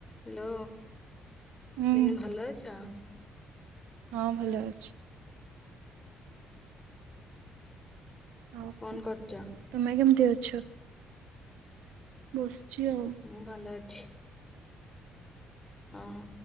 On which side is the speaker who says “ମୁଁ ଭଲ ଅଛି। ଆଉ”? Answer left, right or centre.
Left